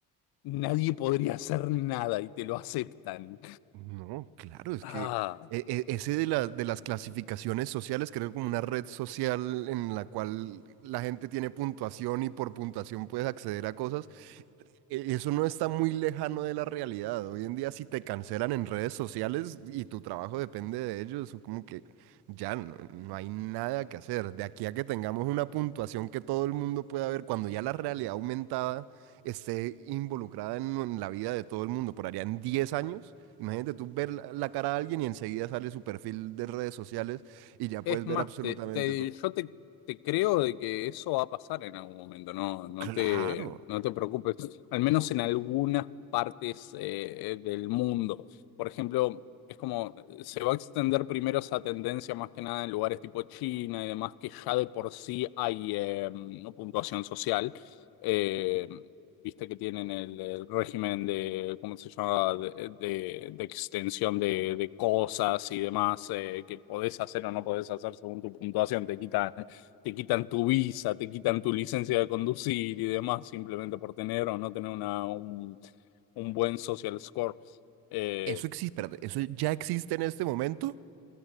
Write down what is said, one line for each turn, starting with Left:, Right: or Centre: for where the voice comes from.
Left: nadie podría hacer nada y te lo aceptan.
Right: No, claro, es
Left: Ah.
Right: que e- e- ese de la- de las clasificaciones sociales, creo como una red social en la cual la gente tiene puntuación y por puntuación puedes acceder a cosas. E- Eso no está muy lejano de la realidad. Hoy en día, si te cancelan en redes sociales y tu trabajo depende de ellos, como que ya no, no hay nada que hacer. De aquí a que tengamos una puntuación que todo el mundo pueda ver, cuando ya la realidad aumentada esté involucrada en, en la vida de todo el mundo, por allá en 10 años, imagínate tú ver la, la cara de alguien y enseguida sale su perfil de redes sociales y ya
Left: Es
Right: puedes ver
Left: más,
Right: absolutamente
Left: te, te-
Right: todo.
Left: yo te, te creo de que eso va a pasar en algún momento, no, no
Right: Claro,
Left: te, no te preocupes, al menos en algunas partes eh, eh, del mundo. Por ejemplo, es como eh, se va a extender primero esa tendencia más que nada en lugares tipo China y demás, que ya de por sí hay eh, puntuación social. Eh, viste que tienen el, el régimen de, ¿cómo se llama?, de, de- de extensión de, de cosas y demás eh, que podés hacer o no podés hacer según tu puntuación. Te quitan, te quitan tu visa, te quitan tu licencia de conducir y demás simplemente por tener o no tener una, un, un buen social score. Eh,
Right: eso existe, espérate, eso ya existe en este momento.